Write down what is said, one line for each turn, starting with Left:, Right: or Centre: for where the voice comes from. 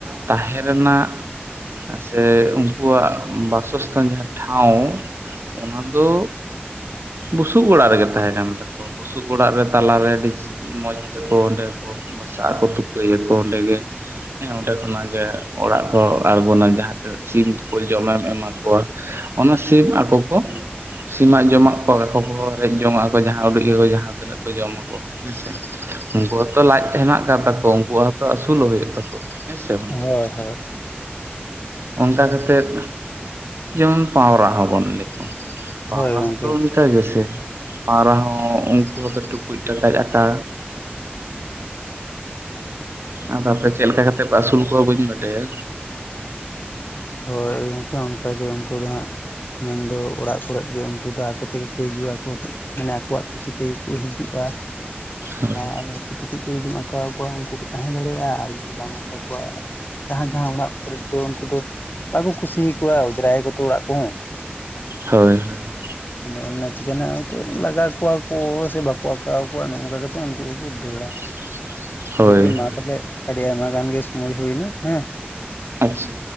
Right: ᱛᱟᱦᱮᱸ ᱨᱮᱱᱟᱜ ᱥᱮ ᱩᱱᱠᱩᱣᱟᱜ ᱵᱟᱥᱚᱥᱛᱷᱟᱱ ᱡᱟᱦᱟᱸ ᱴᱷᱟᱶ ᱚᱱᱟ ᱫᱚ ᱵᱩᱥᱩᱵ ᱚᱲᱟᱜ ᱨᱮᱜᱮ ᱛᱟᱦᱮᱸ ᱠᱟᱱ ᱛᱟᱠᱚᱣᱟ ᱾ ᱵᱩᱥᱩᱵ ᱚᱲᱟᱜ ᱨᱮ ᱛᱟᱞᱟᱨᱮ ᱟᱹᱰᱤ ᱢᱚᱸᱡᱽ ᱛᱮᱠᱚ ᱚᱸᱰᱮ ᱠᱚ ᱵᱟᱥᱟᱜ ᱟᱠᱚ ᱛᱩᱠᱟᱹᱭᱟᱠᱚ ᱚᱸᱰᱮ ᱜᱮ ᱾ ᱦᱮᱸ ᱚᱸᱰᱮ ᱠᱷᱚᱱᱟᱜ ᱜᱮ ᱚᱲᱟᱜ ᱠᱚ ᱟᱬᱜᱚᱱᱟ ᱡᱟᱦᱟᱸ ᱛᱮ ᱥᱤᱢ ᱠᱚ ᱡᱚᱢᱮᱢ ᱮᱢᱟ ᱠᱚᱣᱟ ᱾ ᱚᱱᱟ ᱥᱤᱢ ᱟᱠᱚ ᱠᱚ ᱥᱤᱢᱟᱜ ᱡᱚᱢᱟᱜ ᱠᱚ ᱟᱠᱚ ᱠᱚ ᱨᱮᱡ ᱡᱚᱝᱟᱜ ᱟᱠᱚ ᱡᱟᱦᱟᱸ ᱩᱰᱟᱹᱜ ᱜᱮᱠᱚ ᱡᱟᱦᱟᱸ ᱛᱤᱱᱟᱹᱜ ᱠᱚ ᱡᱚᱢᱟ ᱠᱚ ᱦᱮᱸᱥᱮ᱾ ᱩᱝᱠᱩ ᱦᱚᱸᱛᱚ ᱞᱟᱡ ᱦᱮᱱᱟᱜ ᱟᱠᱟᱫ ᱛᱟᱠᱚᱣᱟ ᱩᱱᱠᱩᱣᱟᱜ ᱦᱚᱸᱛᱚ ᱟᱹᱥᱩᱞᱚᱜ ᱦᱩᱭᱩᱜ ᱛᱟᱠᱚ ᱾ ᱦᱮᱸ ᱥᱮ ᱵᱟᱝ?
Left: ᱦᱳᱭ ᱦᱳᱭ ᱦᱳᱭ
Right: ᱚᱱᱠᱟ ᱠᱟᱛᱮᱫ ᱡᱮᱢᱚᱱ ᱯᱟᱣᱨᱟ ᱦᱚᱸᱵᱚᱱ ᱞᱟᱹᱭ ᱠᱚᱣᱟ, ᱯᱟᱣᱨᱟ
Left: ᱦᱳᱭ ᱜᱚᱝᱠᱮ
Right: ᱦᱚᱸᱛᱚ ᱦᱮᱸ ᱡᱮᱭᱥᱮ ᱯᱟᱣᱨᱟ ᱦᱚᱸ ᱩᱱᱠᱩ ᱦᱚᱸᱛᱚ ᱴᱩᱠᱩᱡ ᱴᱟᱠᱟᱡ ᱟᱠᱟ ᱟᱫᱚ ᱟᱯᱮ ᱪᱮᱜ ᱞᱮᱠᱟ ᱠᱟᱛᱮᱜ ᱯᱮ ᱟᱹᱥᱩᱞ ᱠᱚᱣᱟ ᱵᱟᱹᱧ ᱵᱟᱰᱟᱭᱟ᱾
Left: ᱦᱳᱭ ᱜᱚᱝᱠᱮ ᱚᱱᱠᱟᱜᱮ ᱩᱱᱠᱩ ᱫᱚ ᱦᱟᱸᱜ᱾ ᱢᱮᱱᱫᱚ ᱚᱲᱟᱜ ᱠᱚᱨᱮᱫ ᱜᱮ ᱩᱱᱠᱩ ᱫᱚ ᱟᱠᱚ ᱛᱮᱜᱮ ᱠᱚ ᱦᱤᱡᱩᱜᱼᱟ ᱟᱠᱚ ᱛᱮ ᱢᱟᱱᱮ ᱟᱠᱚᱣᱟᱜ ᱠᱩᱥᱤ ᱛᱮᱜᱮ ᱠᱚ ᱦᱤᱡᱩᱜᱼᱟ ᱾
Right: ᱦᱳᱭ
Left: ᱟᱨ ᱪᱮ ᱴᱩᱠᱩᱡ ᱠᱚ ᱡᱩᱫᱤᱢ ᱟᱠᱟᱣ ᱠᱚᱣᱟ ᱩᱱᱠᱩ ᱠᱚ ᱛᱟᱦᱮᱸ ᱫᱟᱲᱮᱭᱟᱜᱼᱟ ᱟᱨ ᱡᱩᱫᱤ ᱵᱟᱢ ᱟᱠᱟᱣ ᱠᱚᱣᱟ ᱡᱟᱦᱟᱸ ᱡᱟᱦᱟᱸ ᱚᱲᱟᱜ ᱠᱚᱨᱮᱫ ᱫᱚ ᱩᱱᱠᱩ ᱫᱚ ᱵᱟᱠᱚ ᱠᱩᱥᱤᱭᱟᱠᱚᱣᱟ ᱚᱡᱽᱨᱟᱭᱟᱠᱚ ᱛᱚ ᱚᱲᱟᱜ ᱠᱚᱦᱚᱸ ᱾
Right: ᱦᱳᱭ ᱦᱳᱭ᱾
Left: ᱟᱫᱚ ᱚᱱᱟ ᱪᱤᱠᱟᱹᱱᱟ ᱦᱚᱭᱛᱳ ᱞᱟᱜᱟ ᱠᱚᱣᱟ ᱠᱚ ᱥᱮ ᱵᱟᱠᱚ ᱟᱠᱟᱣᱟᱠᱚᱣᱟ ᱱᱚᱜ ᱚᱝᱠᱟ ᱠᱟᱛᱮᱜ ᱩᱱᱠᱩ ᱠᱚᱠᱚ ᱫᱟᱹᱲᱟ ᱾
Right: <inaudible>
Left: ᱜᱚᱝᱠᱮ ᱢᱟ
Right: ᱦᱳᱭ
Left: ᱛᱟᱦᱚᱞᱮ, ᱟᱹᱰᱤ ᱟᱭᱢᱟ ᱜᱟᱱ ᱜᱮ ᱥᱚᱢᱚᱭ ᱦᱳᱭᱱᱟ ᱦᱮᱸ ᱾
Right: ᱟᱪᱪᱷᱟ᱾